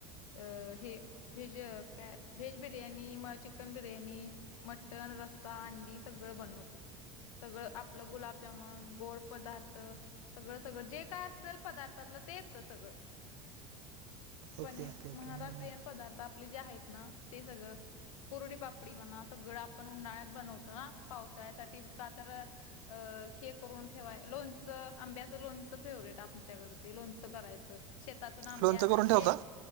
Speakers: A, on the left; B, on the right.
A: अ हे व्हेज काय, व्हेज बिर्याणी मग चिकन बिर्याणी. मटण रस्सा अंडी सगळं बनवते. सगळं आपलं गुलाबजामन गोड पदार्थ. सगळं सगळं जे काय असेल पदार्थातलं, ते येतं सगळं.
B: ओके
A: पनीर
B: ओके ओके
A: महाराष्ट्रीयन
B: हां
A: पदार्थ आपले जे आहेत ना, ते सगळं. कुरडी, पापडी म्हणा सगळं आपण उन्हाळ्यात बनवतो ना पावसाळ्यासाठी का तर अ हे करून ठेवाय लोणचं आंब्याचं लोणचं फेवरेट आमच्याकडं, ते लोणचं करायचं. शेतातून आंबे
B: लोणचं
A: आणायचे.
B: करून ठेवता